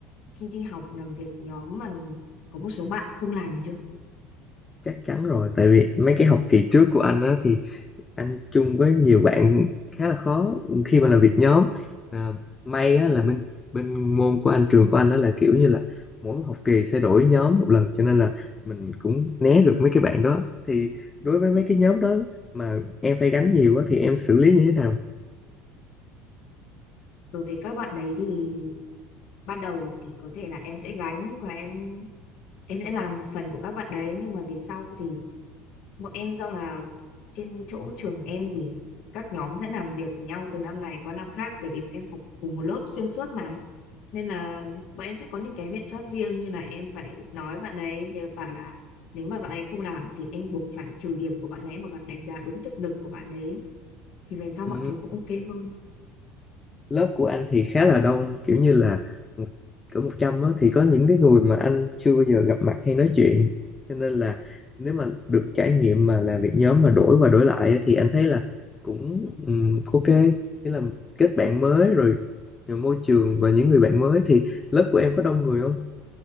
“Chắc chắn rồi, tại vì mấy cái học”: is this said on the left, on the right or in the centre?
Left